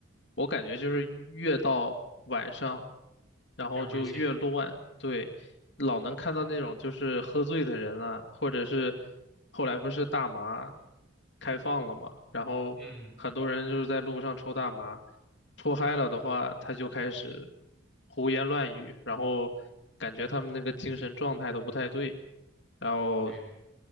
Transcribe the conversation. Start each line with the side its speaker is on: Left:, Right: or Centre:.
Left: 我感觉就是越到晚上，然后就越乱，
Centre: 越危险。
Left: 对，老能看到那种就是喝醉的人啊，或者是后来不是大麻开放了嘛，然后很多人就是在路上抽大麻。
Centre: 嗯，
Left: 脱嗨了的话，他就开始胡言乱语，然后感觉他们那个精神状态都不太对，然后
Centre: 对。